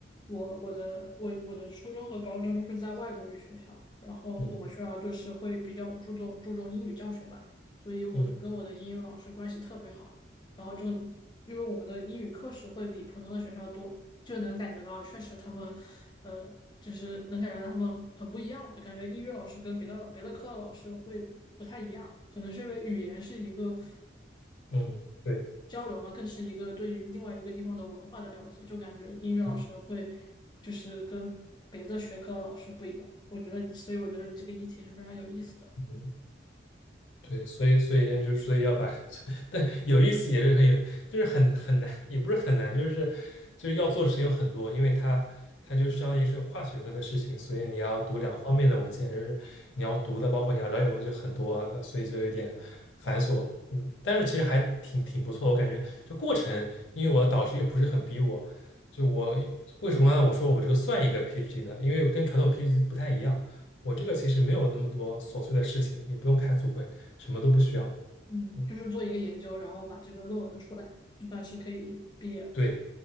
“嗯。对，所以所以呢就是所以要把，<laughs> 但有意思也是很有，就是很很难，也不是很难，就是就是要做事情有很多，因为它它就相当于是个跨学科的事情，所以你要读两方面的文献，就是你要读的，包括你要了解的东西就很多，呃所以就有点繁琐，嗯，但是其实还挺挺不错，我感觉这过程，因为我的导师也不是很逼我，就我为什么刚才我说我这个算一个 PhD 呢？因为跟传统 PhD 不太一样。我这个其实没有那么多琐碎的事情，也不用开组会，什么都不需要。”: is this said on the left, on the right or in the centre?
Left